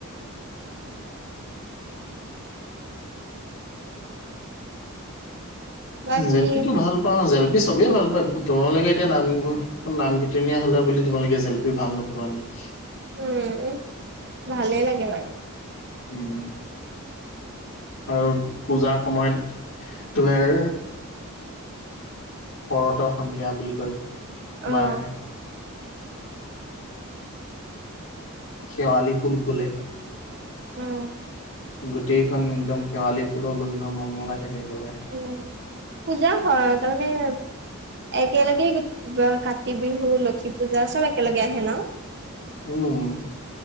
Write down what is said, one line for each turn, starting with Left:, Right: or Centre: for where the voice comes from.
Right: বাকী
Left: জেলপি টো ভাল পাও জেলপি চবেই ভাল পায়, তোমালোকে এতিয়া নামঘৰীয়া নাম কীৰ্তনীয়া হ'লা বুলি তোমালোকে জেলেপি ভাল নোপোৱা নেকি?
Right: উম-উম ভালেই লাগে বাৰু
Left: হম। আৰু পূজাৰ সময়ত তোমাৰ শৰত সন্ধিয়া বুলি কয় যে তোমাৰ
Right: অহ।
Left: শেৱালি ফুল ফুলে।
Right: উম'।
Left: গোটেইখন একদম শেৱালি ফুলৰ গোন্ধ মলমলাই থাকে একেবাৰে
Right: উম, পূজা হয় তাৰ মানে একেলগে কাতি বিহু, লক্ষী পূজা চব একেলগে আহে ন'
Left: উম'।